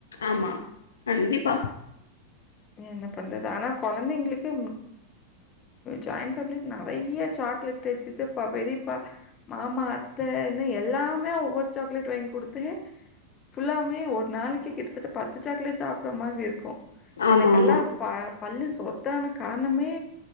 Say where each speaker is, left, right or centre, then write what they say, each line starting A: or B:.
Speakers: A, on the left; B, on the left.
A: ஆமா கண்டிப்பா
B: என்ன பண்றது ஆனா கொழந்தைங்களுக்கு ஜாயண்ட் ஃபேமிலிக்கு நெறைய சாக்லேட்டு சித்தப்பா பெரியப்பா மாமா அத் அத்த ன்னு எல்லாமே ஒவ்வொரு சாக்லேட் வாங் குடுத்து ஃபுல்லாமே ஒரு நாளைக்கு கிட்டத்தட்ட பத்து சாக்லேட் சாப்புடடுற மாரி இருக்கூ
A: ஆமா
B: எனக்கெல்லா
A: ஆமா
B: ப பல்லு சொத்தானா கார்ணமே